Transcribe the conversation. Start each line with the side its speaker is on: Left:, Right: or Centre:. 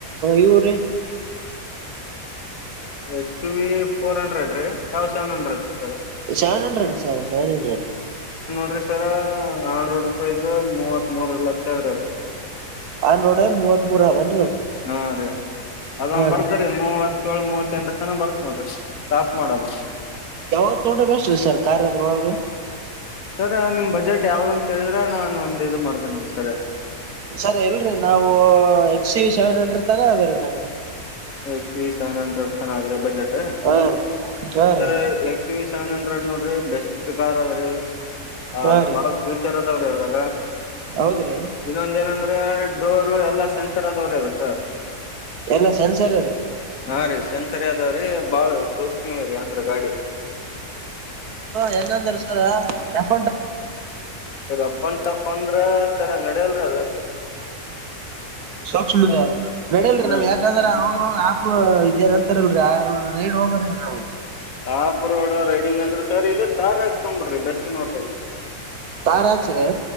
Right: ಇವರಿ
Left: H two V four hundred ರೀ ತೌ ಸೆವೆನ್ ಹಂಡ್ರೆಡ್ ರೀ sir
Right: seven hundred sir seven hundred
Left: ಅಂದ್ರಿ ಸರ್ ಆನ್ ರೋಡ್ ಪ್ರೈಸ್ ಮೂವತ್ ಮೂರ ಲಕ್ಷ ಆದದ್ರಿ
Right: ಆನ್ ರೋಡ್ ಮೂವತ್ತ್ ಮೂರು ಅದೇನ
Left: ಹಾ ಅದೇ ಅದೊಂದ್ ಬರ್ತಾರಿ
Right: ರೀ
Left: ಮೂವತ್ತ ಏಳು ಮೂವತ್ತೆಂಟ ತನ ಬರ್ತ್ ನೋಡ್ರಿ ಟಾಪ್ ಮಾಡೆಲ್
Right: ತಕೊಂಡ್ರೆ ಬೆಸ್ಷ್ಟ ರೀ ಸರ್ ಕಾರ್ ಅದ್ರೊಳಗೆ
Left: ಸರ್ ನಿಮ್ ಬಜೆಟ್ ಯಾವ್ದ ಅಂತ ಹೇಳಿದ್ರೆ ನಾನು ಒಂದ ಇದು ಮಾಡ್ತೀನಿ ಸರ್
Right: ಸರಿ ಎಲ್ರಿ ನಾವು ಎಕ್ಸ ವಿ ಸೆವೆನ್ ಹಂಡ್ರೆಡ್ ತಾನೇ ಅದ ರೀ ನಮ್ಗೆ
Left: X V seven hundred budget
Right: ಹಾ ರೀ ಹಾ
Left: sir
Right: ರೀ
Left: X V seven hundred ನೋಡ್ರಿ ಬೆಸ್ಟ್ ಕಾರ್ ಅದ್ರೀ ಆ
Right: ಹಾ ರೀ
Left: ಬಾಳ ಫ್ಯೂಚರ್ ಅದಾವ್ರಿ ಅದ್ರಾಗ
Right: ಹೌದ್ರಿ
Left: ಇನ್ನೊಂದ ಏನಂದ್ರೆ ಡೋರ್ ಎಲ್ಲಾ ಸೆನ್ಸರ್ ಆದವರಿ ಅದಕ
Right: ಎಲ್ಲ ಸೆನ್ಸರ್ ರೀ
Left: ಹಾ ರೀ ಸೆನ್ಸರಿ ಅದಾವ್ರೀ ಬಾಳ ಸೂಕ್ಷ್ಮ್ರೀರೀ ಅಂದ್ರ ಗಾಡಿ
Right: ಹೆಂಗ ತರಸದ್ದ ರಫ್
Left: ರಫ್ ಅನ್ ಟಫ್ ಅಂದ್ರ ಸರ್ ನೆಡಲ್ರಿ ಅದು
Right: ಸೂಕ್ಷ್ಮ್ರೀ ಅದು ನೆಡಲ್ರರಿ
Left: ಹಾ
Right: ನಾವ್
Left: ರೀ
Right: ಯಾಕಂದ್ರೆ ಅವಾವಾಗ ಹ ಇದೇನ್ ಅಂತಾರಲ್ರಿ ಆ ರೈಡ್ ಹೋಗಾರಲ್ರಿ ನಾವು
Left: ಆಫ್ ರೋಡ್ ರೈಡಿಂಗ್ ಅಂದ್ರೆ ಸರ್ ಇ ತಾರ್ ಹಾಕಿಸ್ಕೊಬೇಡ್ರಿ ಬೆಸ್ಟ್ ನೋಡ್ರಿ ಅದು
Right: ತಾರ್ ಹಾಕ್ಸಿರಿ